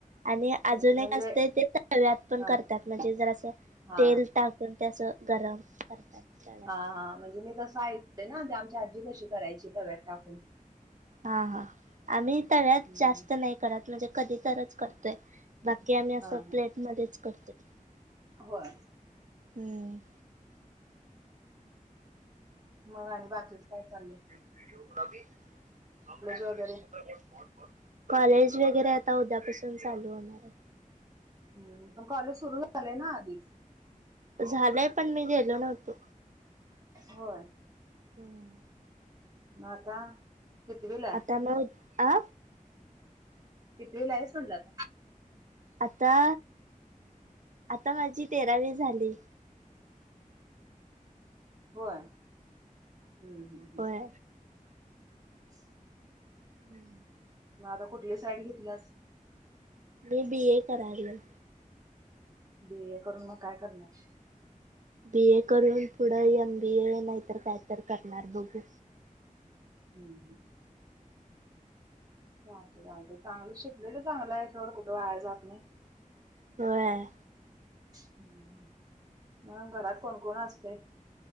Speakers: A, on the right (about 60°); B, on the right (about 25°).
A: आणि
B: हम्म
A: अजून
B: म्हणजे
A: एक असत ते तव्यात पण
B: हा
A: करतात. म्हणजे जरास
B: हा
A: तेल टाकून. त्ये अस गरम करतात. तव्यात.
B: हा हा
A: पण.
B: म्हणजे मी कस ऐकय ना, ती आमची आजी कशी करायची तव्यात टाकून.
A: हा हा, आम्ही तव्यात
B: हम्म
A: जास्त नाही करत. म्हणजे कधी तरच करतोय. बाकी आम्ही अस
B: हा हा
A: प्लेट मध्येच करतोय.
B: होय
A: हम्म
B: मग आणि बाकीच काय चाललय.
A: व्हिडओग्राफी हम है
B: वगैरे?
A: हरिश्चंद्र कॉलेज वगैरे आता उद्यापासून चालू होणार आहे.
B: हम्म, पण कॉलेज सुरु झाले ना आधी.
A: झालय पण मी गेलो नव्हतो.
B: होय
A: हम्म
B: म आता कितवीला आहे?
A: आता म अ
B: कीतवीला आहेस म्हटल आता.
A: आता, आता माझी तेरावी झाली.
B: होय हम्म हम्म हम्म
A: होय
B: <inaudible>
A: हम्म
B: मग आता कुठली साईड घेतलीयास.
A: मी बी ए करायले.
B: बी ए करून मग काय करणार?
A: बी ए करून पुढ एम बी ए नाहीतर काय तर करणार बघू.
B: हम्म हम्म चालत चालत, चांगल शिकलेल चांगल आहे सोड. कुठ वाया जात नाही.
A: होय
B: हम्म, मग घरात कोण कोण असतय?